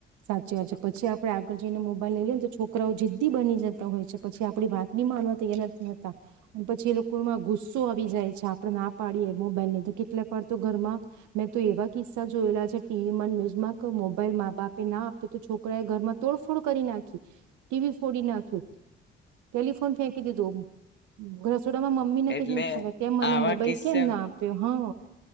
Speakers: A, on the right; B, on the left.
A: સાચી વાત છે પછી આપડે આગળ જઈને મોબાઈલ લઈ લઈએને તો છોકરાઓ જિદ્દી બની જતા હોય છે પછી આપડી વાત બી માનવા તૈયયા નથી હતાતા પછી એ લોકોમાં ગુસ્સો આવી જાય છે આપડે ના પાડીએ મોબાઈલ ને તો કેટલાક વાર તો ઘરમાં મેં તો એવા કિસ્સા જોયેલા છે ટીવીમાં ન્યુઝમાં કે મોબાઈલ મા બાપ ના આપે તો છોકરા એ ઘરમાં તોડફોડ કરી નાખી ટીવી ફોડી નાખ્યો ટેલિફોન ફેંકી દીધો છોડામાં મમ્મીને
B: એટલે
A: કઈક નુકસાન કર ત મને
B: આવા
A: મોબાઈલ
B: કિસ્સા
A: કેમ ના આપ્યો હા